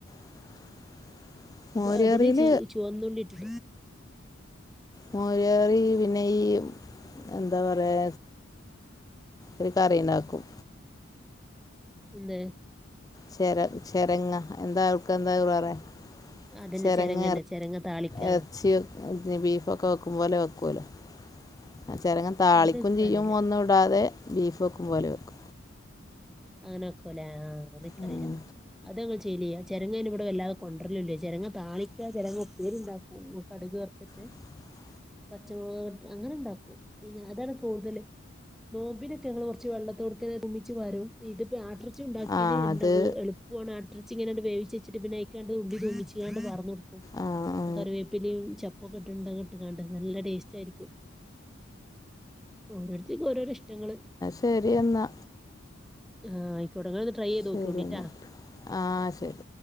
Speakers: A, on the left; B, in the centre.
A: <inaudible> മോരുകറിയിൽ
B: അതിന് ച ചുവന്നുള്ളിട്ട്ട്ട്
A: മോര് കറി പിന്നെ ഈ എന്താ പറയ ഒരു കറിയിണ്ടാക്കും
B: എന്ത്
A: ചെറ് ചെറിങ്ങാ എന്താ ആൾക്ക് എന്താ പറയാ
B: അതന്നെ
A: ചെറിങ്ങ
B: ചെരങ്ങന്നെ ചെരങ്ങ താളിക്കാന്ന്
A: എറച്ചിയോ ബീഫൊക്കെ വെക്കും പോലെ വെക്കുവല്ലൊ ആഹ് ചെറങ്ങ താളിക്കും
B: അതെനിക്കറിയില്ല
A: ചെയ്യും ഒന്ന് കൂടാതെ ബീഫ് വെക്കും പോലെ വെക്കും
B: അങ്ങനെ വെക്കൂല്ലേ ആഹ് അത് എനിക്കറിയില്ല
A: ഉം.
B: അത് വെ ശെരിയാ ചെരങ്ങ അതിന് ഇവിടെ വല്ലാതെ കൊണ്ടുവരലില്ല ചെരങ്ങ താളിക്കാ ചെരങ്ങ ഉപ്പേരി ഉണ്ടാക്കാ കടുക് വറത്തിട്ട്
A: <inaudible>
B: പച്ചമുളക് ഇട്ട് അങ്ങനെ ഉണ്ടാക്കും പിന്നെ അതാണ് കൂടുതല് നോമ്പിനൊക്കെ ഞങ്ങള് കൊറച്ച് വെള്ളത്തോടുക്കെ ഉമിച്ച് വാരും ഇത് ഇപ്പൊ ആട്ടിറച്ചി ഉണ്ടാക്കിയാലേ
A: ആ
B: ഇണ്ടാവൂ
A: അത്
B: എളുപ്പ് അട്ടറച്ചീ ഇങ്ങനാണ്ട് വേവിച്ച് വെച്ചിട്ട് പിന്നെഅയിക്കാണ്ട് ഉള്ളി തുമിച്ചാണ്ട് വാർന്ന് കൊട്ക്ക
A: ആ ആ.
B: കറിവേപ്പിലയും ചപ്പൊക്കെ ഇട്ട് ഇട്ടണ്ട് നല്ല ടേസ്റ്റ് ആയിരിക്കും ഓരോരുത്തക്ക് ഓരോരോ ഇഷ്ടങ്ങള്
A: ശരിയെന്നാ
B: ആഹ് ആയിക്കോട്ടെ നിങ്ങള് ഒന്ന് ട്രൈ ചെയ്ത്
A: ശരി
B: നോക്കോണ്ടിട്ടാ
A: എന്നാൽ ആ ശരി